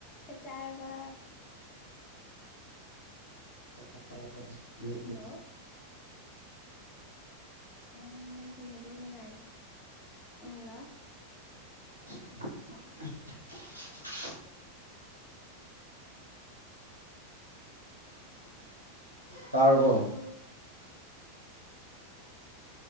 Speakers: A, on the left; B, on the left.
A: ꯆꯥꯛ ꯆꯥꯔ ꯃꯥ
B: <unintelligible>
A: ꯍꯜꯂꯣ ꯎꯝ ꯅꯪꯒꯤ ꯅꯥꯔꯣꯟ ꯅꯨꯡꯉꯥꯏꯇꯦ ꯎꯝ ꯍꯜꯂꯣ
B: <unintelligible> ꯇꯥꯔꯕꯣ
A: ꯇꯥꯕ꯭ꯔꯣ